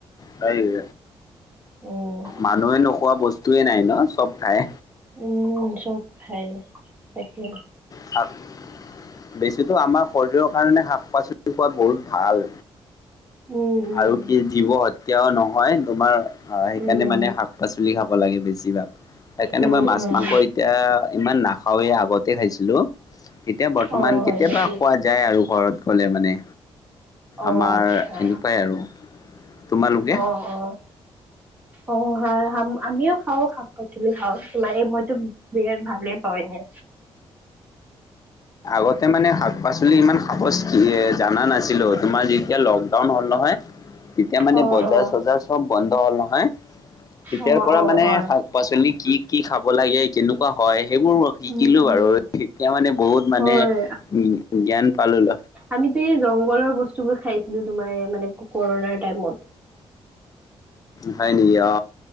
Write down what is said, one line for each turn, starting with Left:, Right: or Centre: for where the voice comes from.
Left: হয়
Right: উম।
Left: মানুহে নোখোৱা বস্তুয়ে নাই ন চব খাই
Right: উম চব খাই তাকে
Left: শাক বেছিতো আমাৰ শৰীৰৰ কাৰণে শাক পাচলি ৰাতিপুৱা বহুত ভাল
Right: উম উম।
Left: আৰু কি জীৱ এতিয়াও নহয় তোমাৰ অহ সেইকাৰণে
Right: উম
Left: মানে শাক পাচলি খাব লাগে বেছিভাগ সেইকাৰণে
Right: উম
Left: মই মাছ
Right: উম
Left: মাংস এতিয়া ইমান নাখাওঁৱেই আগতে খাই দিলো এতিয়া বৰ্তমান
Right: অ হয়
Left: কেতিয়াবা
Right: নেকি?
Left: খোৱা যায় আৰু ঘৰত গলে মানে
Right: অ
Left: আমাৰ
Right: আচ্ছা
Left: সেনেকুৱাই আৰু তোমালোকে
Right: অহ অহ অ আমিও খাওঁ শাক-পাচলি খাওঁ। মানে মইতো বিৰাট ভালে পাওঁ এনে।
Left: আগতে মানে শাক-পাচলি ইমান সাপজ জানা নাছিলো। তোমাৰ যেতিয়া লকডাউন হ'ল নহয়
Right: <unintelligible>
Left: তেতিয়া মানে বজাৰ
Right: অ
Left: চজাৰ চব বন্ধ হ'ল নহয়, তেতিয়াৰ
Right: অ
Left: পৰা
Right: অ
Left: মানে
Right: হয়
Left: শাক-পাচলি কি কি খাব লাগে, কেনেকুৱা হয়? সেইবোৰ শিকিলো
Right: উম উম
Left: বাৰু। এতিয়া মানে বহুত মানে
Right: হয়
Left: উ জ্ঞান পালোল।
Right: আমিতে জংঘলৰ বস্তুবোৰ খাইছিলো, তোমাৰ মানে কৰণাৰ টাইমত।
Left: হয় নেকি? অ,